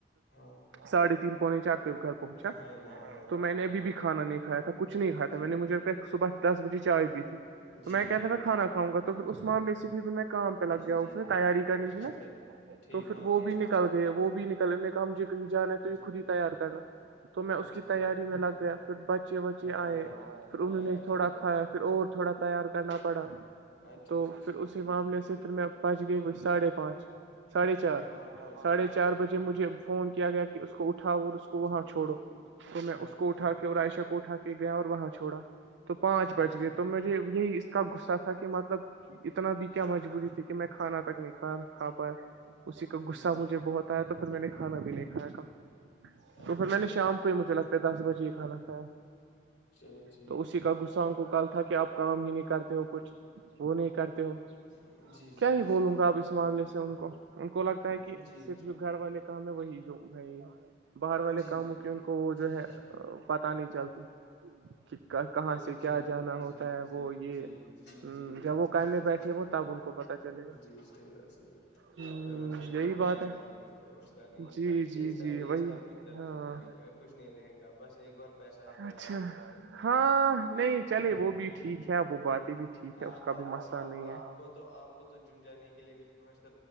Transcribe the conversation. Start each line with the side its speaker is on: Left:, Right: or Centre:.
Left: ہاں
Right: ساڑھے تین پونے چاہتا گھر پہنچا
Left: ہاں ہاں ہاں
Right: تو
Left: ہاں
Right: میں نے ابھی
Left: صحیح
Right: بھی کھانا نہیں کا تھا کچھ نہیں کھا تھا
Left: جی
Right: میں نے مجھے صبح دس بجے چائے بھی تھی تو
Left: جی
Right: میں کہ
Left: جی
Right: تھا میں کھانا کاؤں گا تو اسمام ریسیپی بھی میں کام پہ لگ گیا
Left: جی
Right: اس نے تیاری کرنی تھی نا
Left: اچھا ٹھیک
Right: تو پھر
Left: ہاں
Right: وہ
Left: ہاں
Right: بھی
Left: ہاں
Right: نکل گئے وہ بھی ن کل نے کا ہمجھے کہیں جانا ہے تو یہ
Left: جی
Right: خود ہی تیار کرنا تو میں اس
Left: اچھا
Right: کی
Left: اچھا
Right: تیاری
Left: ٹھیک
Right: میں لگ
Left: ٹھیک
Right: گیا پھر بچے وچے
Left: ہاں
Right: آئے
Left: ہاں
Right: پھر انہوں
Left: آیا
Right: نے تھوڑا
Left: سمجھ آیا
Right: کھایا پھر اور
Left: ٹھیک
Right: تھوڑا تیار کرنا پڑا
Left: اچھا
Right: تو
Left: اچھا ٹھیک
Right: پھر اسی
Left: جی
Right: معاملے
Left: جی
Right: سے پھر میں بچ گئی ساڑھے پانچ ساڑھے
Left: پھر
Right: چار
Left: آپ وہاں پہنچ
Right: ساڑھے
Left: گئے
Right: چار
Left: اچھا اچھا
Right: بجے مجھے فون کیا گیا کہ اس کو اٹھاؤ اور اس کو وہاں
Left: جی
Right: چھوڑ چھوڑو
Left: جی
Right: تو میں
Left: ہاں
Right: اس کو
Left: جی
Right: اٹھا کے اور عائشہ کو اٹھا کے گیا اور وہاں چھوڑا تو پانچ
Left: جی
Right: بج
Left: جی
Right: گئے تو مجھے یہی کا غصہ تھا کہ مطلب اتنا بھی کیا مجبوری تھی کہ میں کھانا تک نہیں کھا کھا پایا اسی کا غصہ
Left: جی
Right: مجھے
Left: جی
Right: بہت آیا تو پھر میں نے کھانا بھی نہیں کایا تھا
Left: اچھا
Right: تو پھر میں
Left: جی
Right: نے شام
Left: جی جی
Right: کو ہی مجھے لگتا ہے دس بجے ہی کھانا کھایا
Left: جچھ
Right: تو اسی کا گغسان کو کال تھا کہ آپ کام ہی نہیں کرتے ہو کچھ وہ نہیں کرتے ہو
Left: سمجھ جی جی
Right: کیا ہی
Left: جی
Right: بولوں گا اپ اس معاملے سے ان کو ان کو لگتا ہے کہ
Left: جی جی
Right: صرف جو گھر والے کام ہے وہی جو ہےائی باہر والے
Left: جی
Right: کاموں کے ان کو وہ
Left: جی
Right: جو ہے پت نہیں چلتی کہ کہاں
Left: جی
Right: سے کیا
Left: جی
Right: جانا
Left: جی
Right: ہوتا ہے
Left: جی
Right: وہ یہ ہ
Left: جی جی
Right: جب
Left: جیحیح
Right: وہ کرنے
Left: ہےاتحی
Right: بیٹھے وہ تب ان کو پتا چلے گا
Left: جی صحیح بات صحیح بات
Right: ہ
Left: ہاں کوئی مسئلہ
Right: یہی
Left: نہیں کوئی
Right: بات
Left: مسئلہ نہیں ہے کوئی مسئلہ نہیں ہے
Right: جی جی
Left: یہ سب
Right: جی
Left: یہ
Right: وہی
Left: سب بھی چلا
Right: ہاں
Left: جائے گا کچھ نہیں رہے گا بس ایک بار پیسہ ہاتھ میں
Right: اچھا
Left: آ جائے بس
Right: ہاں نہیں چلے وہ بھی ٹھیک ہے وہ باتیں بھی ٹھیک ہے
Left: آپ
Right: اس کا
Left: آپ
Right: بھی مسئلہ نہیں
Left: آپ
Right: ہے
Left: کو تو آپ کو تو جم جانے کے لیے بھی فر